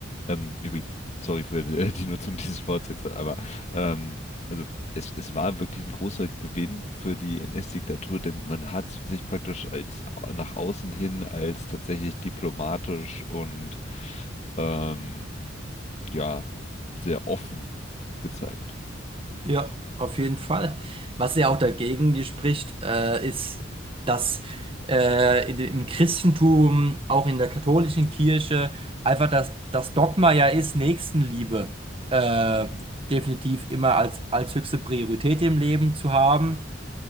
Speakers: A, on the left (about 35°); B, on the right (about 30°).
A: Ähm, übrigens, sorry für die, <laughs> die Nutzung dieses Wortes jetzt, aber ähm, also es, es war wirklich ein großer Gewinn für die NS-Diktatur, denn man hat sich praktisch als nach außen hin als tatsächlich diplomatisch und ähm, ja sehr offen gezeigt.
B: Ja, auf jeden Fall. Was ja auch dagegen spricht, äh, ist, dass äh, in- im Christentum, auch in der katholischen Kirche, einfach das, das Dogma ja ist, Nächstenliebe äh,
A: Mhm.
B: definitiv immer als, als höchste Priorität im Leben zu haben.